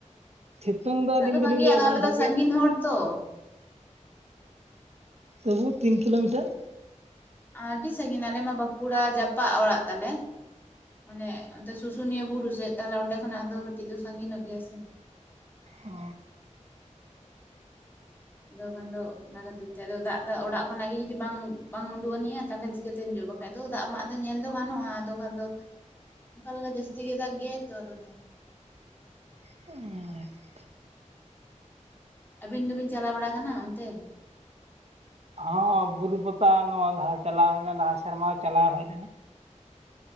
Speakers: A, on the right; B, on the left.
A: ᱥᱤᱛᱩᱝ ᱫᱚ ᱟᱹᱞᱤᱧ
B: ᱟᱫᱚ
A: ᱫᱚᱞᱤᱧ
B: ᱵᱟᱹᱜᱤᱭᱟ
A: ᱞᱟᱹᱭᱟ
B: ᱟᱫᱚ ᱟᱞᱮ
A: ᱵᱟᱝ
B: ᱫᱚ
A: ᱵᱷᱟᱜᱮᱭᱟ
B: ᱥᱺᱜᱤᱱ ᱦᱚᱲ ᱛᱚ
A: ᱛᱟᱵᱩ ᱛᱤᱱ ᱠᱤᱞᱳᱢᱤᱴᱟᱨ
B: ᱟᱹᱰᱤ ᱥᱟᱺᱜᱤᱧ ᱟᱞᱮᱢᱟ ᱵᱟᱸᱠᱩᱲᱟ ᱡᱟᱯᱟᱜ ᱚᱲᱟᱜ ᱛᱟᱞᱮ ᱢᱟᱱᱮ ᱚᱱᱛᱮ ᱥᱩᱥᱩᱱᱤᱭᱟᱹ ᱵᱩᱨᱩ ᱥᱮᱫ ᱛᱟᱦᱚᱞᱮ ᱚᱸᱰᱮ ᱠᱷᱚᱱᱟᱜ ᱫᱚ ᱠᱟᱹᱴᱤᱡ ᱫᱚ ᱥᱟᱺᱜᱤ ᱧᱚᱜ ᱜᱮᱭᱟ ᱥᱮ
A: ᱚ
B: ᱟᱫᱚ ᱠᱷᱟᱱ ᱫᱚ ᱚᱱᱟ ᱠᱷᱟᱹᱛᱤᱨ ᱛᱮ ᱫᱟᱜ ᱫᱟ ᱚᱲᱟᱜ ᱠᱷᱚᱱᱟᱜ ᱜᱮ ᱡᱩᱫᱤ ᱵᱟᱝ ᱵᱟᱝ ᱩᱰᱩᱜ ᱟᱱᱤᱜ-ᱟ ᱛᱟᱦᱚᱞᱮ ᱪᱤᱠ ᱪᱤᱠᱟᱹᱛᱮᱢ ᱡᱚᱢᱟ ᱵᱟᱠᱷᱟᱡ ᱫᱚ ᱫᱟᱜ ᱢᱟᱜ ᱫᱚ ᱧᱮᱞ ᱫᱚ ᱜᱟᱱᱚᱜᱼᱟ ᱟᱫᱚ ᱠᱷᱟᱱ ᱫᱚ ᱚᱠᱟ ᱞᱮᱠᱟ ᱡᱟᱥᱛᱤ ᱜᱮ ᱫᱟᱠ ᱜᱮᱭᱟᱭ ᱛᱚ ᱟᱫᱚ
A: <inaudible>
B: ᱟᱹᱵᱤᱱ ᱫᱚᱵᱤᱱ ᱪᱟᱞᱟᱣ ᱵᱟᱲᱟ ᱠᱟᱱᱟ ᱚᱱᱛᱮ
A: ᱦᱚᱸ ᱵᱩᱨᱩ ᱯᱟᱛᱟ ᱱᱚᱣᱟ ᱫᱟᱣ ᱪᱟᱞᱟᱣ ᱦᱩᱭᱱᱟ ᱞᱟᱦᱟ ᱥᱮᱨᱢᱟ ᱪᱟᱞᱟᱣ ᱦᱩᱭ ᱞᱮᱱᱟ